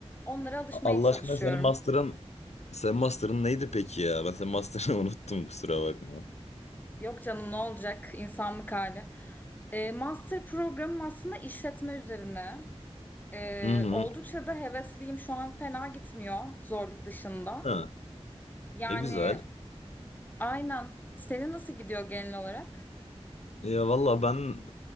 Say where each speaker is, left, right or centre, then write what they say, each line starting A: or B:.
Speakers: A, on the left; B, on the left.
A: Onlara alışmaya
B: A- Allah
A: çalışıyorum.
B: aşkına senin master'ın sen master'ın neydi peki ya? Ben senin master'ını <laughs> unuttum kusura bakma.
A: Yok canım ne olacak insanlık hali. E, master programım aslında işletme üzerine. Ee,
B: Hı hı.
A: oldukça da hevesliyim. Şu an fena gitmiyor zorluk dışında.
B: Ha.
A: Yani
B: E güzel.
A: aynen. Senin nasıl gidiyor genel olarak?
B: Ya valla ben